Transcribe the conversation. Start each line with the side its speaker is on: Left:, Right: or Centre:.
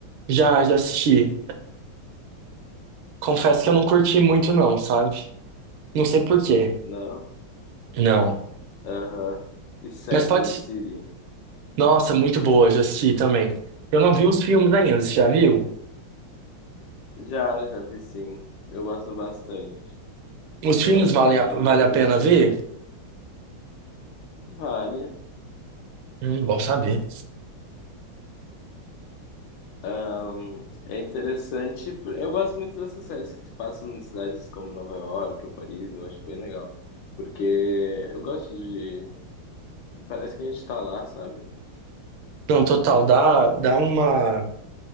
Right: Já, já assisti. Confesso
Left: Hum,
Right: que eu não curti muito, não, sabe? Não sei por quê.
Left: não?
Right: Não.
Left: Aham. E Sex
Right: Mas pode.
Left: and
Right: se-
Left: the City?
Right: Nossa, muito boa, já assisti também. Eu não vi os filmes ainda, você já viu?
Left: Já, já vi sim. Eu gosto bastante.
Right: Os
Left: Eu
Right: filmes
Left: acho
Right: valem
Left: bem
Right: a- vale
Left: interessante.
Right: a pena ver?
Left: Vale.
Right: Hum, bom saber.
Left: Ahn, é interessante. por- Eu gosto muito dessas séries que se passam em cidades como Nova York ou Paris. Eu acho bem legal. Porque eu gosto de. Parece que a gente tá lá, sabe?
Right: Não, total, dá, dá uma,